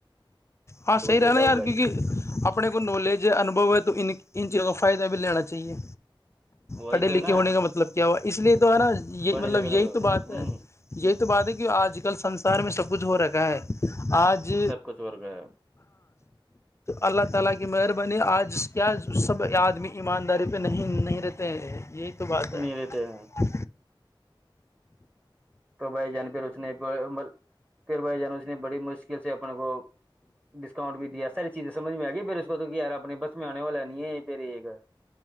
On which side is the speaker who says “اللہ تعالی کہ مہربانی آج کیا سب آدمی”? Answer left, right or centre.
Left